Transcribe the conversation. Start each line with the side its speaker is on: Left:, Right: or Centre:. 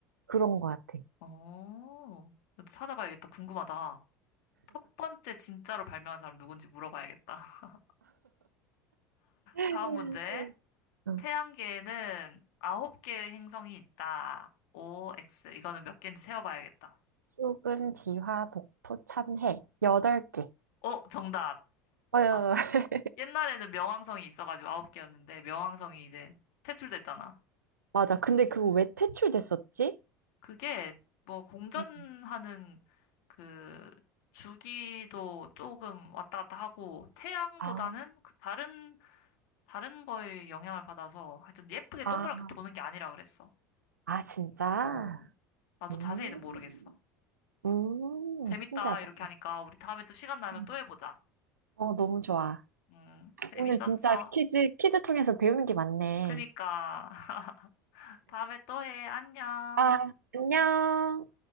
Right: 그런 것 같아.
Left: 어, 이것도 찾아봐야겠다. 궁금하다. 첫 번째 진짜로 발명한 사람 누군지 물어봐야겠다. <laughs>
Right: <laughs> 음.
Left: 다음 문제.
Right: 응.
Left: 태양계에는 아홉 개의 행성이 있다. O, X. 이거는 몇 개인지 세어봐야겠다.
Right: 수금, 지화, 목토, 참해. 여덟 개.
Left: 어, 정답.
Right: 어
Left: 맞아.
Right: <laughs>
Left: 옛날에는 명왕성이 있어가지고 아홉 개였는데 명왕성이 이제 퇴출됐잖아.
Right: 맞아. 근데 그거 왜 퇴출됐었지?
Left: 그게 뭐 공전하는
Right: 음.
Left: 그 주기도 조금 왔다 갔다 하고 태양보다는
Right: 아,
Left: 그 다른 다른 거에 영향을 받아서 하여튼 예쁘게
Right: 아.
Left: 동그랗게 도는 게 아니라 그랬어.
Right: 아, 진짜?
Left: 어, 나도
Right: 음,
Left: 자세히는 모르겠어.
Right: 음,
Left: 재밌다
Right: 신기하다.
Left: 이렇게 하니까 우리 다음에 또 시간 나면
Right: 음.
Left: 또 해보자.
Right: 어, 너무 좋아.
Left: 음, 재밌었어.
Right: 오늘 진짜 퀴즈, 퀴즈 통해서 배우는 게 많네.
Left: 그니까 <laughs> 다음에 또 해. 안녕.
Right: 아, 안녕.